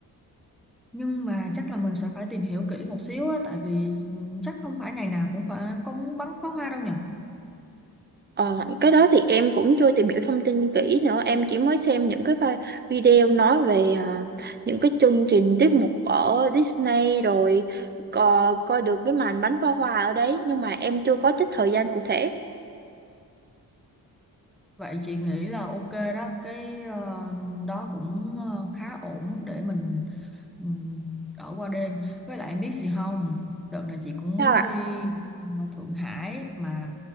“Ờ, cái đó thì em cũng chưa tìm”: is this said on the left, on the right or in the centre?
Right